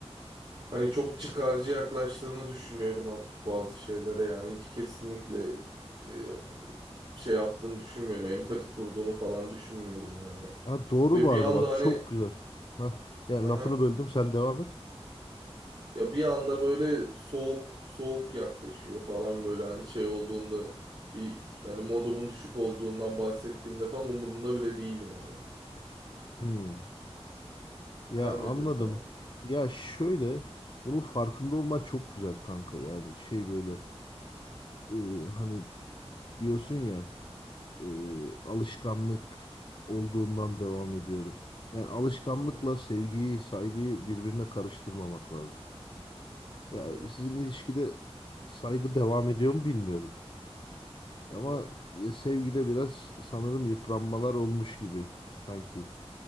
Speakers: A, on the right; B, on the left.
A: Hani çok çıkarcı yaklaştığını düşünüyorum artık bazı şeylere yani hiç kesinlikle e, şey yaptığını düşünmüyorum. Empati kurduğunu falan düşünmüyorum yani.
B: Ha, doğru
A: Ve
B: bu
A: bir
B: arada
A: anda
B: bak
A: hani
B: çok güzel. Ha, ya
A: aha,
B: lafını böldüm sen devam et.
A: ya bir anda böyle soğuk soğuk yaklaşıyor falan böyle hani şey olduğunda bir hani modumun düşük olduğundan bahsettiğimde falan umurunda bile değil yani.
B: Hmm.
A: Sen
B: Ya anladım.
A: ne diyordun abi?
B: Ya şöyle bunun farkında olman çok güzel kanka. Yani şey böyle e, hani diyorsun ya. e, alışkanlık olduğundan devam ediyorum. Yani alışkanlıkla
A: Hı hı
B: sevgiyi, saygıyı birbirine karıştırmamak lazım.
A: hı
B: Ya
A: hı.
B: sizin ilişkide saygı devam ediyor mu bilmiyorum.
A: hı
B: Ama
A: hı.
B: e, sevgide biraz sanırım yıpranmalar olmuş gibi sanki.